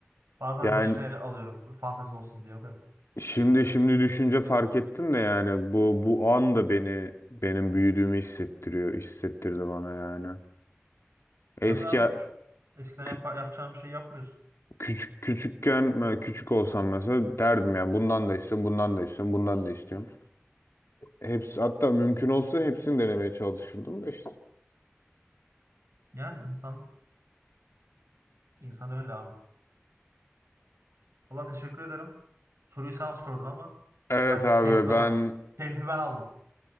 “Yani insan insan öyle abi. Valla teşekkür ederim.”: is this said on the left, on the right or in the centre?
Right